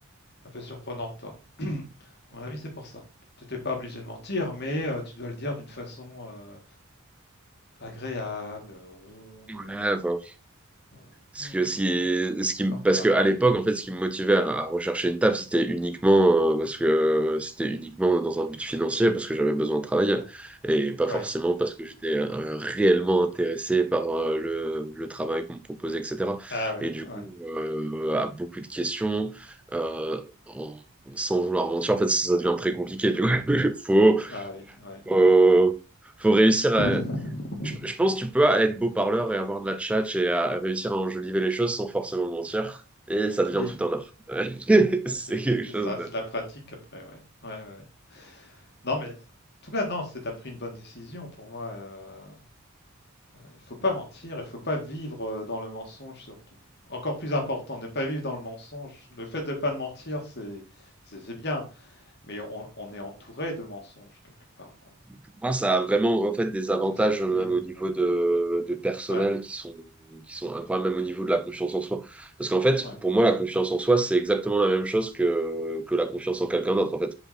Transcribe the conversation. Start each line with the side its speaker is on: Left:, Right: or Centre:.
Left: Un peu surprenante, toi. <clears throat> À mon avis, c'est pour ça. Tu n'étais pas obligé de mentir, mais euh, tu dois le dire d'une façon euh, agréable, ronde,
Centre: Ouais, enfin,
Left: euh,
Centre: Parce
Left: hum,
Centre: que ce qui, ce qui, me-
Left: portable.
Centre: parce que à l'époque, en fait, ce qui me motivait à, à rechercher une taf, c'était uniquement, euh, parce que euh, c'était uniquement dans un but financier, parce que j'avais besoin de travailler,
Left: Ouais.
Centre: et pas forcément
Left: Ouais.
Centre: parce que j'étais euh, réellement intéressé par euh, le, le travail qu'on me proposait, etc.
Left: Ah oui,
Centre: Et du
Left: ouais.
Centre: coup, euh, à beaucoup de questions, euh, en- sans vouloir mentir, en fait, ça devient très compliqué. Du coup, <laughs> faut,
Left: Ah oui, ouais, ouais.
Centre: euh, faut réussir
Left: <laughs>
Centre: à je, je pense que tu peux être beau parleur et avoir de la tchatche et à réussir à enjoliver les choses sans forcément mentir. Et ça devient
Left: Oui,
Centre: tout un art. <laughs>
Left: ouais,
Centre: C'est
Left: c'est
Centre: quelque
Left: c'est
Centre: chose
Left: ça, c'est de la pratique après, ouais. Ouais, ouais. Non, mais en tout cas, non, c'est t'as pris une bonne décision pour moi. euh, Il faut pas mentir, il faut pas vivre euh, dans le mensonge surtout. Encore plus important, ne pas vivre dans le mensonge. Le fait de pas mentir, c'est c'est c'est bien, mais on, on est entouré de mensonges quelque part
Centre: pour moi, ça a vraiment en fait des
Left: euh,
Centre: avantages
Left: en société.
Centre: euh,
Left: euh,
Centre: même au niveau de, de personnel
Left: ouais,
Centre: qui sont qui sont incroyables, même au niveau de la confiance en soi. Parce qu'en fait,
Left: ouais,
Centre: pour moi, la confiance en soi, c'est exactement la même chose que que la confiance en quelqu'un d'autre. En fait,